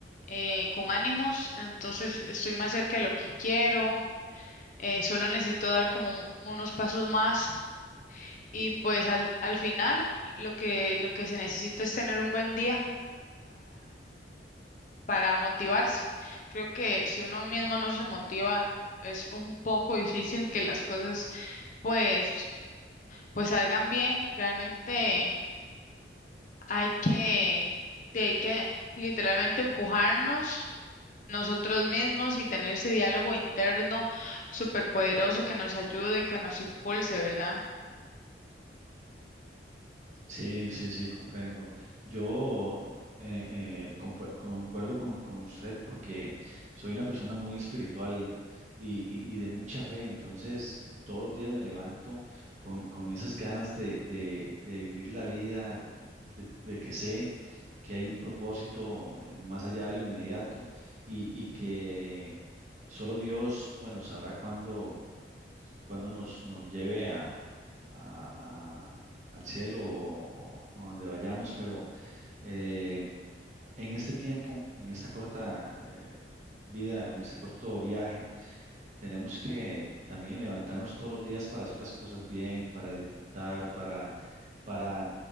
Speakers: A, on the left (about 45°); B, on the right (about 40°).
A: eh, con ánimos, entonces estoy más cerca de lo que quiero, eh, solo necesito dar como unos pasos más y pues al, al final lo que, lo que se necesita es tener un buen día para motivarse. Creo que si uno mismo no se motiva, es un poco difícil que las cosas pues pues salgan bien. Realmente hay que sí, hay que literalmente empujarnos nosotros mismos y tener ese diálogo interno superpoderoso que nos ayude, que nos impulse, ¿verdad?
B: Sí, sí, sí, comprendo. Yo eh, eh, compu- concuerdo con, con usted porque soy una persona muy espiritual y, y- y de mucha fe, entonces todos los días me levanto con, con esas ganas de, de- de vivir la vida, de, de que sé que hay un propósito eh, más allá de lo inmediato y, y que eh, solo Dios, bueno, sabrá cuándo cuando nos, nos lleve a, a- a- al cielo o, o donde vayamos, pero eh, en este tiempo, en esta corta eh, vida, en este corto viaje, tenemos que también levantarnos todos los días para hacer las cosas bien, para disfrutar, para, para